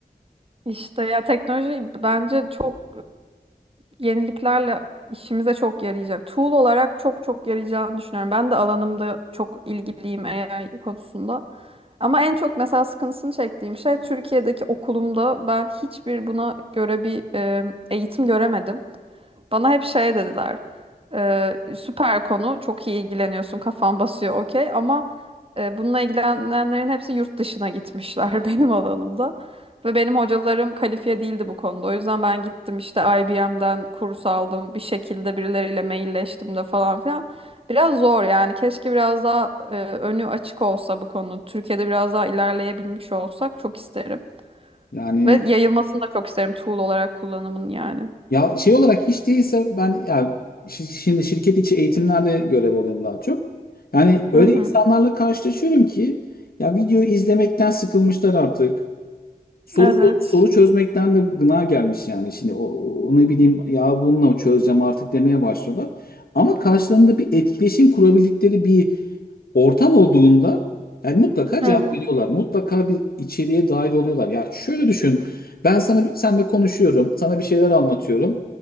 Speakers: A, on the right; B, on the left.
A: İşte ya teknoloji bence çok yeniliklerle işimize çok yarayacak. Tool olarak çok çok yarayacağını düşünüyorum. Ben de alanımda çok ilgiliyim AI konusunda. Ama en çok mesela sıkıntısını çektiğim şey Türkiye'deki okulumda ben hiçbir buna göre bir e, eğitim göremedim. Bana hep şey dediler. Ee, süper konu. Çok iyi ilgileniyorsun. Kafan basıyor okey. Ama e, bununla ilgilenenlerin hepsi yurt dışına gitmişler <laughs> benim alanımda. Ve benim hocalarım kalifiye değildi bu konuda. O yüzden ben gittim işte IBM'den kurs aldım. Bir şekilde birileriyle mailleştim de falan filan. Biraz zor yani. Keşke biraz daha e, önü açık olsa bu konunun. Türkiye'de biraz daha ilerleyebilmiş olsak çok isterim.
B: Yani
A: Ve yayılmasını da çok isterim tool olarak kullanımın yani.
B: Ya şey olarak hiç değilse ben ya şi- şimdi şirket içi eğitimlerde görev alıyorum daha çok. Yani öyle
A: Hı hı.
B: insanlarla karşılaşıyorum ki ya video izlemekten sıkılmışlar artık. Soru
A: Evet.
B: so- soru çözmekten de gına gelmiş yani. Şimdi o, onu bileyim ya bununla çözeceğim artık demeye başlıyorlar. Ama karşılarında bir etkileşim kurabildikleri bir ortam olduğunda yani mutlaka
A: Evet.
B: cevap veriyorlar. Mutlaka bir içeriğe dahil oluyorlar. Ya şöyle düşün. Ben sana bir, senle konuşuyorum. Sana bir şeyler anlatıyorum.